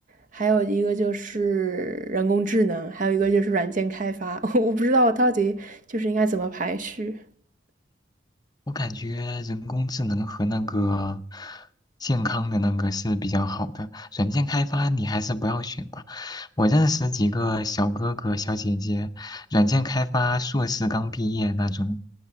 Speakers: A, on the right (about 45°); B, on the left (about 20°).
A: 还有一个就是人工智能，还有一个就是软件开发，<laughs> 我不知道我到底就是应该怎么排序。
B: 我感觉人工智能和那个健康的那个是比较好的，软件开发你还是不要选吧。我认识几个小哥哥小姐姐，软件开发硕士刚毕业那种，